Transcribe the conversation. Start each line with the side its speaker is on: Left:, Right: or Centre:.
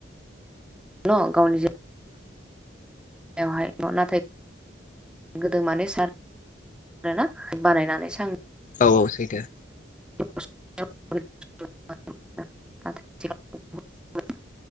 Centre: न गावनि जे यावहाय नाथाय गोदो माने सार आरोना बानायनानै सां
Left: औ औ सैथो।
Centre: <unintelligible>